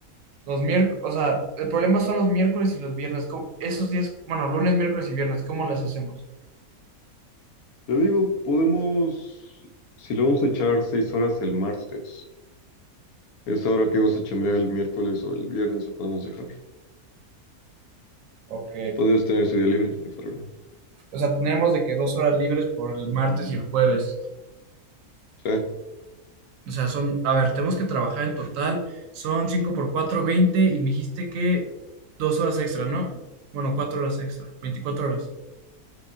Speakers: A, on the right; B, on the left.
A: Los miércoles, o sea, el problema son los miércoles y los viernes. ¿cómo- Esos días, bueno, lunes, miércoles y viernes, ¿cómo las hacemos?
B: Te digo, podemos... Si lo vamos a echar 6 horas el martes, esa hora que vas a chambear el miércoles o el viernes la podemos dejar.
A: Ok.
B: Podrías tener ese día libre, no hay problema.
A: O sea, tenemos de que dos horas libres por el martes y el jueves.
B: Sí.
A: O sea, son, a ver, tenemos que trabajar en total, son 5 por 4 20 y me dijiste que dos horas extra, ¿no? Bueno, cuatro horas extra, veinticuatro horas.